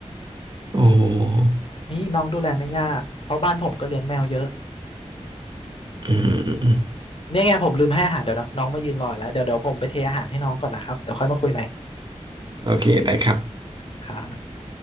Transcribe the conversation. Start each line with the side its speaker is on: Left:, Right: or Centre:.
Right: โอ้
Left: นี่น้องดูแลไม่ยากเพราะบ้านผมก็เลี้ยงแมวเยอะ
Right: อืมอืมอืม
Left: เนี่ยไงผมลืมให้อาหารเดี๋ยวนะน้องมายืนรออีกแล้วเดี๋ยวเดี๋ยวผมไปเทอาหารให้น้องก่อนนะครับเดี๋ยวค่อยมาคุยใหม่
Right: โอเคได้ครับ
Left: ครับ